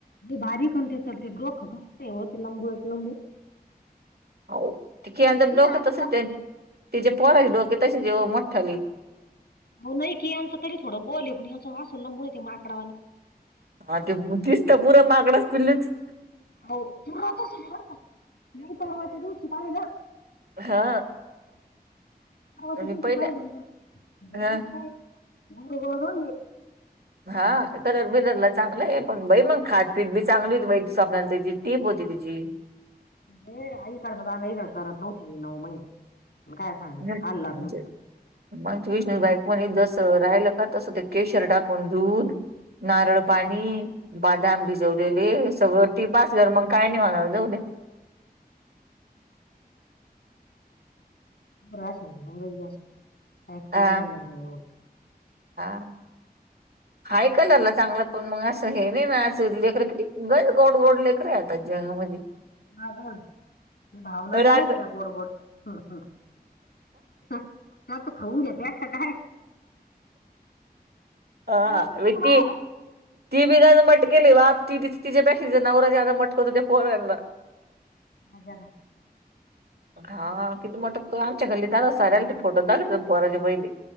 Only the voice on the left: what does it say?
बारीकणते ते डोकं कस होते लंबूच लंबू
मी
आत्ता
हो नाही की यांचं तरी थोडं गोल आहे पण याचं वासूलंबड य ते माकडावानी
हो तू राहतो सु बर मी परवात देव शुभा आहे ना.
बारवाचे
दिवशी
पाहिलं
काय घर गोळ झा.
आईकड आमहीक करत नऊ महिने पण काय? सांगायचं
खाल्लात नुसतं
राश नाही ऍक्टिव्ह
नाहीलं एवढ.
माझ भावनाचं
नव्हत त्या गोडबोड हम हम्. तर आता खाऊन घेते असं काय?
नाही वाटत का बाघ
आला.
हजरा